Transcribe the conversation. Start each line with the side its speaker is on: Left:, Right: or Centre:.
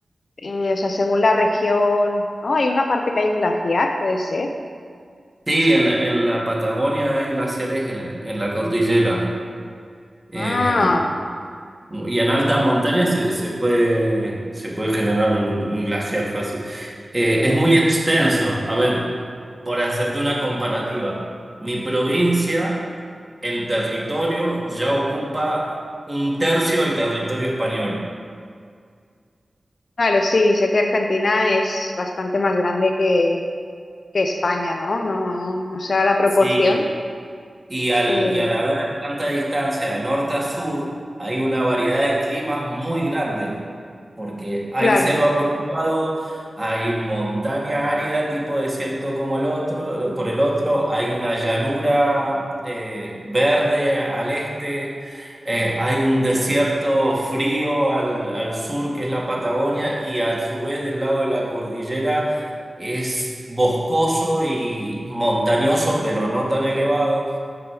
Left: eh, o sea, según la región, ¿no? Hay una parte que hay un glaciar, puede ser.
Right: Sí, en la, en la Patagonia hay glaciares en, en la cordillera. Eh,
Left: Ah,
Right: Y en alta montaña se, se puede, se puede generar un, un glaciar fácil. Eh, es muy extenso. A ver, por hacerte una comparativa, mi provincia en territorio ya ocupa un tercio del territorio español.
Left: claro, sí, sé que Argentina es bastante más grande que, que España, ¿no? No, no sé la proporción,
Right: Sí, y al,
Left: Pero,
Right: y al haber tanta distancia de norte a sur, hay una variedad de climas muy grande. porque hay
Left: claro,
Right: selva por un lado, hay montaña árida tipo desierto como el otro, eh, por el otro, hay una llanura eh, verde al este, eh, hay un desierto frío al, al sur que es la Patagonia y a su vez del lado de la cordillera es boscoso y montañoso, pero no tan elevado.